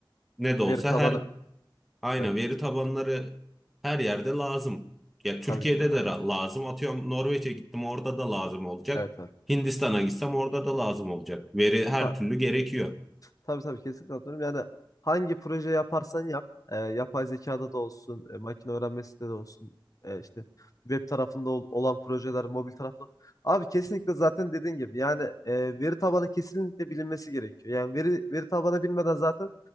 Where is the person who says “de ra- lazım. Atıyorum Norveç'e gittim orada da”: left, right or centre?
Centre